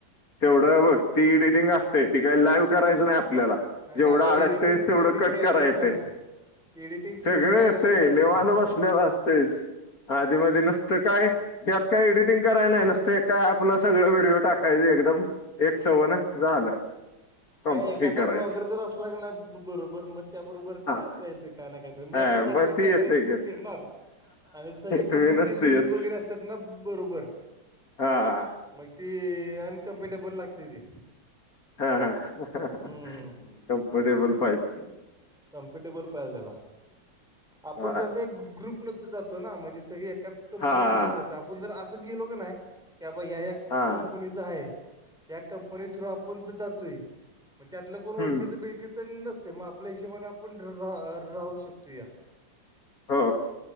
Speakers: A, on the left (about 50°); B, in the centre.
A: तेवढं बघ ती एडिटिंग असते ती काही लाईव्ह करायचं नाही आपल्याला
B: आणि
A: जेवढं
B: ते आपल्याला
A: अडकतेस
B: एडिटिंग फिडिटिंग
A: तेवढं कट
B: काही
A: करा
B: येतच
A: येते
B: नाही ना एडिटिंग फिडिटिंग
A: सगळे
B: आपल्याला
A: येत
B: काही येतच
A: लवाल
B: नाही
A: बसलेलं असतेस आधी म नुसतं काय त्यात काय एडिटिंग करायला नाही नसते का आपलं सगळ व्हिडिओ टाकत काहीतरी एकदम एक सवण झालं कम
B: काय एखादा
A: हे करायचं
B: ब्लॉगर जर असला नाही बरोबर मग त्या बरोबर
A: हा
B: करता येतं काय नाही काय द मीटाच
A: हा मग
B: आपला
A: ती
B: कॅमेराे
A: येतंय
B: घेऊन
A: की
B: फिरणार आणि सगळे कसे
A: मी नसते
B: ते लेडीज
A: येत
B: वगैरे असतात ना बरोबर
A: हा हा
B: मग त अनकमफर्टेबल लागत आहे
A: हा हा
B: हम्म
A: कम्फर्टेबल पाहिज
B: कॉम्पिटेबल पाहिल त्याला आपण
A: हा
B: कसं ग्रुप जातो ना म्हणजे सगळे एकाच कंपनीचे
A: हा
B: ग्रुप असते आपण जर असं गेलो का नाहीी बाबा ह्या
A: हा
B: कंपनीच आहे त्या कंपनी थ्रू आपण जातोय मग त्यातलं कोण ओळखीचं
A: हम्म
B: बिळकीचं नसते म आपल्या हिशबन आपण राहू शकतो या
A: हो